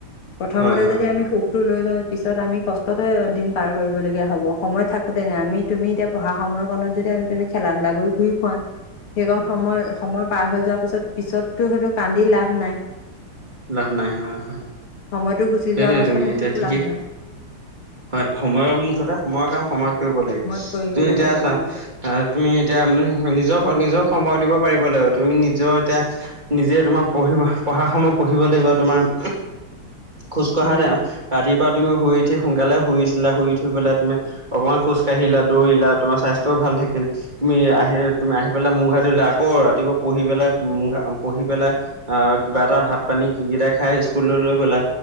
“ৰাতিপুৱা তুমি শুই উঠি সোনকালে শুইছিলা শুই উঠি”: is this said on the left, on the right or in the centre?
Right